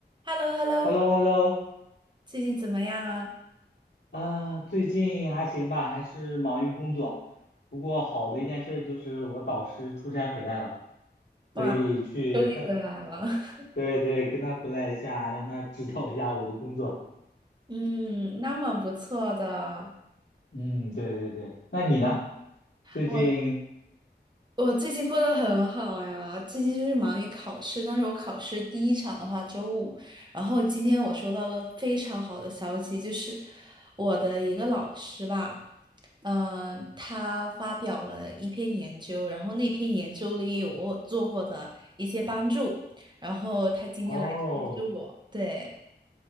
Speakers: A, on the right; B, on the left.
A: h e l l o h e l l o
B: h e l l o h e l l o
A: 最近怎么样啊？
B: 啊，最近还行吧，还是忙于工作。不过好的一件事就是我导师出差回来了，
A: 哇，
B: 可以去，
A: 终于回来了。
B: <laughs>
A: <laughs>
B: 对对，跟他回来一下，让他指导一下我的工作。
A: 嗯，那蛮不错的。
B: 嗯，对对对。那你呢？最近
A: 我我最近过得很好呀，最近就是忙于考试，但是我考试第一场的话周五，然后今天我收到了非常好的消息，就是我的一个老师吧，嗯、他发表了一篇研究，然后那篇研究里有我做过的一些帮助，然后他今天来通知我，
B: 哦，
A: 对。